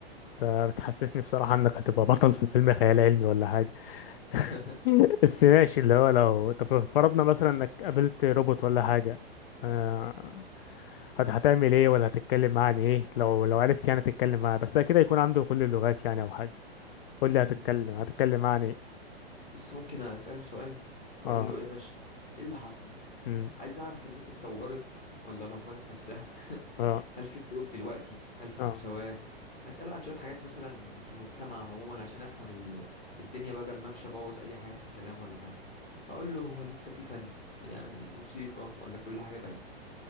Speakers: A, on the left; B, on the left.
A: فبتحسسني بصراحة انك هتبقى بطل في فيلم خيال علمي ولا حاجة
B: <laughs>
A: <laughs> بس ماشي اللي هو لو طب فرضنا مثلا انك قابلت روبوت ولا حاجة آه، هت- هتعمل ايه ولا هتتكلم معاه عن ايه لو لو عرفت يعني تتكلم معاه بس كده يكون عنده كل اللغات يعني او حاجة قول لي
B: مم.
A: هتتكلم هتتكلم معاه عن ايه
B: بص ممكن اساله سؤال اقول
A: اه
B: له ايه يا باشا ايه اللي حصل
A: امم
B: عايز اعرف الناس اتطورت ولا دمرت نفسها <laughs>
A: اه
B: هل في حروب دلوقتي هل في
A: اه
B: مساواة هسأل عن شوية حاجات مثلا في المجتمع عموما عشان افهم ال- الدنيا بدل ما امشي ابوظ اي حاجة في الكلام ولا حاجة هقول له هو لسه في فن يعني موسيقى ولا كل حاجة بقت